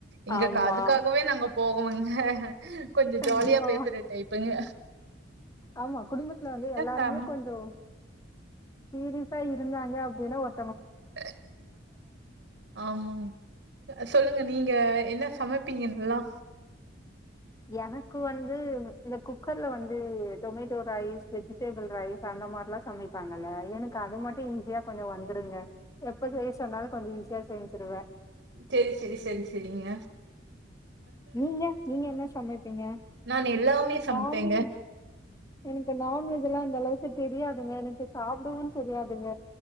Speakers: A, on the right; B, on the left.
A: இங்கக்
B: ஆமா
A: அதுக்காகவே நாங்க போகோ உங் க க கொஞ்ச
B: கண்டிப்பா
A: ஜாலியா பேசுற டைப் ங்க
B: ஆமா குடும்பத்துல வந்து எல்லாருமே
A: சம்
B: கொஞ்சோ சீரிசா இருந்தாங்க அப்டின்னா ஒருத்
A: அ ஆமா சொல்லுங்க நீங்க என்ன சமப்பீங்கன்லா
B: எனக்கு வந்து இந்த குக்கர்ல வந்து டொமேட்டோ ரைஸ் வெஜிடெபிள் ரைஸ் அந்த மாதிரில்லா சமைப்பாங்கல்ல எனக்கு அது மட்டு ஈஸியா கொஞ்ச வந்துருங்க எப்ப செய்ய சொன்னாலு கொஞ்ச ஈசியா செஞ்சுடுவ
A: செரி செரி செரி செரிங்க
B: நீங்க நீங்க என்ன சமப்பீங்க
A: நான் எல்லாமே சமைப்பேங்க.
B: நான்வெஜ் எனக்கு நான்வெஜ் எல்லா அந்த அளவுக்கு தெரியாதுங்க எனக்கு சாப்பிடவு தெரியாதுங்க